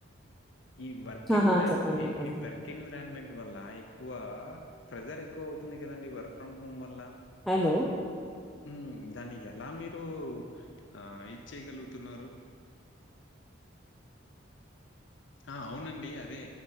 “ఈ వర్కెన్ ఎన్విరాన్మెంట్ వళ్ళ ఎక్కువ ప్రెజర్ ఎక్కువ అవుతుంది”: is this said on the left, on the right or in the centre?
Left